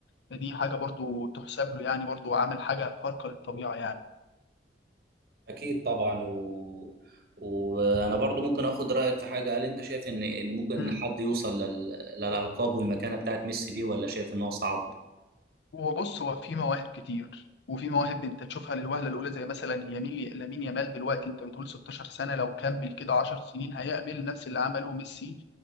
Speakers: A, on the left; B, on the right.
A: فدي حاجه برضه تحسب له يعني برضه عمل حاجه خارقه للطبيعه يعني
B: اكيد طبعا و... وانا برضو ممكن اخد رايك في حاجه هل انت شايف ان ان ممكن
A: مم.
B: حد يوصل لل... للالقاب والمكانه بتاعت ميسي دي ولا شايف ان هو صعب
A: وبص هو في مواهب كتير وفي مواهب انت تشوفها للوهله الاولى زي مثلا يميل لامين يامال دلوقتي انت بتقول 16 سنه لو كمل كده 10 سنين هيعمل نفس اللي عمله ميسي